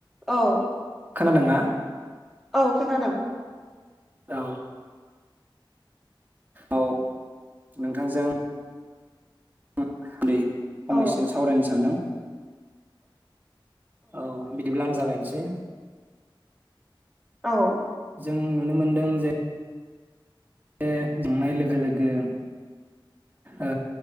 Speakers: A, in the centre; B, on the right.
A: औ
B: खोनादोंना
A: औ खोनादों
B: औ औ नोंथांजों <unintelligible> फंनैसो
A: औ
B: सावरायनो सानदों औ बिदिब्ला आं जागायनोसै
A: औ
B: जों नुनो मोनदों जे बे नुनाय लोगो लोगो ओ